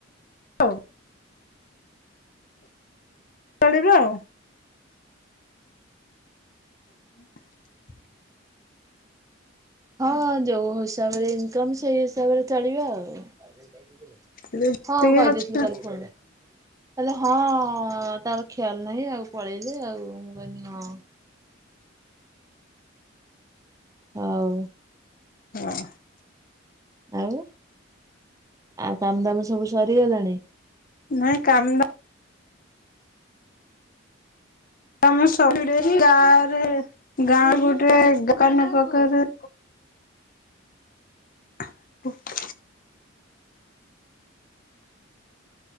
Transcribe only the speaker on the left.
ଓ କଳର ଆଉ ହଁ।
ଯେତିକି ଅଛି
ହଁ।
ନାଇଁ କାମ ତମେ ସପ୍ତାହରେ ଗା ରେ ଗାଁ ଗୋଟେ ଦୋକାନ ପାଖରେ
<unintelligible>